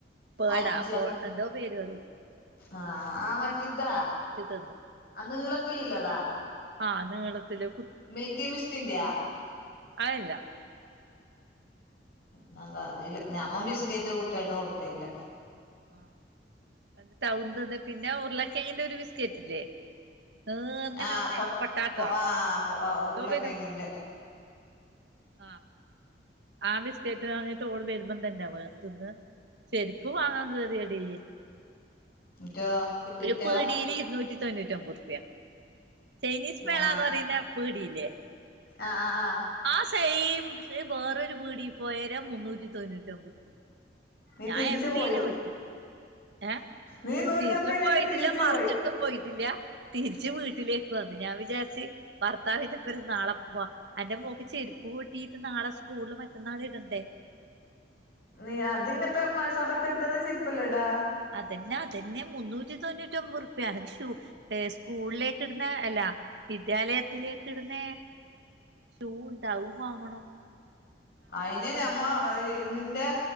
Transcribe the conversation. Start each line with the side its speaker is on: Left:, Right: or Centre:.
Right: പോടാ
Left: അജ്ജം
Right: പ്പാേ എന്തോ പേര് പറിം
Left: ആഹ് ആഹ് മറ്റേ ഇതാ
Right: തിന്ന്
Left: അന്നീളത്തിലില്ലതാ
Right: ആഹ് നീളത്തില്
Left: മിൽക്കി മിസ്റ്റ്ന്റെയാ
Right: അഅല്ല
Left: ന്നതാവില്ലാ നമ്മ ബിസ്ക്കറ്റ് കുട്ട്യാൾക്ക് കൊടുക്കല്ല
Right: ആഹ് ടൗത് തിപ്പിന്റെ ഉർളകേങ്ങിന്റെ ഒരു ബിസ്കറ്റ് ഇല്ലേ ന്നിർങ്ങനെ
Left: ആ
Right: ഒന്ന്
Left: പ
Right: പൊട്ടാട്ടോ
Left: പ്പൊ ആ
Right: എന്തോ
Left: ഉരുളക്കെങ്ങിന്റെ
Right: വരും <inaudible> ആഹ് ആ ബിസ്കേറ്റ് വാങ്ങീട്ടോള് വെരുമ്പം തന്നെ വെ തിന്ന് ചെരിപ്പ് വാങ്ങാൻ കേറിയെടീ
Left: റ്റോ കിട്ടീറ്റാ
Right: ഒരു പീടീല് ഇരുന്നൂറ്റി താെഞ്ഞുറ്റൊമ്പ ഉർപ്യ ചൈനീസ് മേളാന്ന്
Left: ആ
Right: പറീന്ന പീടിയില്ലേ
Left: ആ ആ ആ
Right: ആ സൈയിം ഇതേ വേറൊരു പീടീ പോയേരം മുന്നൂറ്റി തൊണ്ണൂറ്റിഒമ്പെ
Left: നീ
Right: ഞാൻ
Left: തിരിച്ചു
Right: എം
Left: പോയി
Right: ബി യില് വിട്ട് ഏഹ്
Left: നീ നൂറ്റമ്പതിലേക്ക്
Right: തിര്ച്ചും പോയിട്ടില്ല
Left: തിരിച്ചു
Right: മറിച്ചിട്ടും
Left: പോയി
Right: പോയിട്ടില്ല തിരിച്ച് വീട്ടിലേക്ക് വന്നു ഞാൻ വിചാര്ച്ച് ഭർത്താവിന്റൊപ്പം നാളെ പോവാ അന്റെ മോക്ക് ചെര്പ്പ് പൊട്ടീട്ട് നാളെസ് സ്കൂളില് മറ്റന്നാളിം ഇടണ്ടേ
Left: നീ അത് ഇങ്ങത്തെ മസാദാ കെട്ട്ണ ചെരിപ്പല്ലെ ഇടാ.
Right: അതന്നെ അതന്നെ മുന്നൂറ്റി തൊണ്ണൂറ്റി ഒമ്പത് റുപ്യയാണ് ഷൂ. സ്കൂളിലേക്ക് ഇടുന്ന അല്ല വിദ്യാലയത്തിലേക്ക് ഇടുന്ന. ഷൂ ഉണ്ടാവും അതും വാങ്ങണം
Left: അയിന് നമ്മ നിന്റെ.